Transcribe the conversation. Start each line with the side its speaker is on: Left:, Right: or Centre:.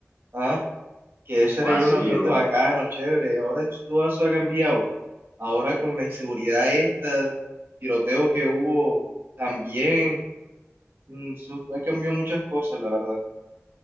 Right: ¿Ah? que eso
Left: O
Right: era
Left: así,
Right: ya un ambiente
Left: bro,
Right: bacano, chévere. Ahora todo eso ha cambiado. Ahora con la inseguridad esta, tiroteo que hubo también, mm, eso ha cambiado muchas cosas, la verdad.